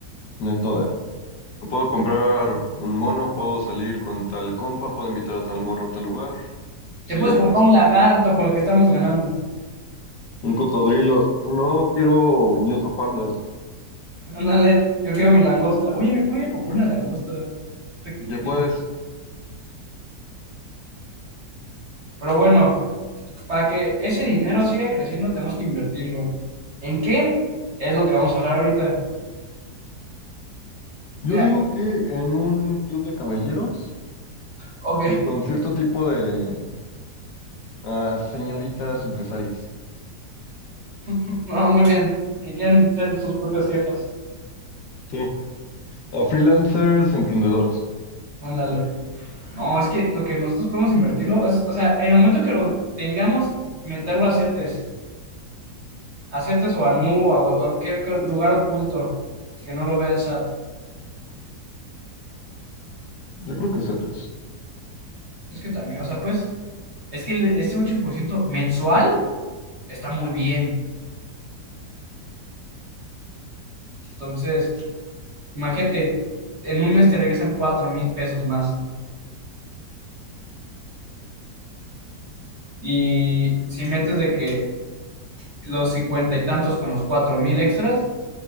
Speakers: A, on the left (about 75°); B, on the right (about 40°).
A: neto de... No puedo comprar un mono, puedo salir con tal compa, puedo invitar a tal morro a tal lugar.
B: Te
A: Sí,
B: puedes
A: ya entré
B: comprar
A: ese
B: un lagarto con lo que estamos ganando.
A: Un cocodrilo. No quiero un oso panda.
B: Ándale, yo quiero mi langosta. Oye, me puedo ir a comprar una langosta. Te clupié.
A: Ya puedes.
B: Pero bueno, para que ese dinero siga creciendo, tenemos que invertirlo. ¿En qué? Es lo que vamos a hablar ahorita.
A: Yo
B: Mira,
A: digo que en un club de caballeros
B: ok,
A: con cierto tipo de ah, señoritas empresarias.
B: <laughs> no, muy bien. Que quieran ser sus propias jefas.
A: Sí. A freelancers, emprendedoras.
B: Ándale. No, es que lo que nosotros podemos invertirlo es, o sea, en el momento que lo tengamos, meterlo a CETES. A CETES o a Nu o a cualquier lugar oculto que no lo vea el SAT.
A: Yo creo que CETES.
B: Es que también, o sea, pues, es que el- ese 8% mensual está muy bien. Entonces, imagínate, en un mes te regresan cuatro mil pesos más. Y si metes de que los cincuenta y tantos con los cuatro mil extras,